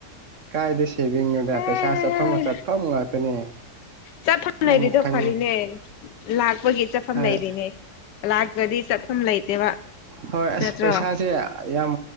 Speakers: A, on the right (about 50°); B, on the left (about 80°).
A: ꯀꯥꯏꯗ ꯁꯦꯚꯤꯡꯅꯣꯗ
B: ꯍꯦ
A: ꯄꯩꯁꯥ ꯆꯠꯐꯝ ꯆꯠꯐꯝ ꯉꯥꯛꯇꯅꯦ
B: ꯆꯠꯐꯝ
A: ꯅꯪꯅ
B: ꯂꯩꯔꯤꯗꯣ
A: ꯈꯪ
B: ꯐꯔꯤꯅꯦ ꯂꯥꯛꯄꯒꯤ ꯆꯠꯐꯝ
A: ꯍꯣꯏ
B: ꯂꯩꯔꯤꯅꯦ ꯂꯥꯛꯇ꯭ꯔꯗꯤ ꯆꯠꯐꯝ ꯂꯩꯇꯦꯕ
A: ꯍꯣꯏ ꯑꯁ
B: ꯅꯠꯇ꯭ꯔꯣ
A: ꯄꯩꯁꯥꯁꯦ ꯌꯥꯝ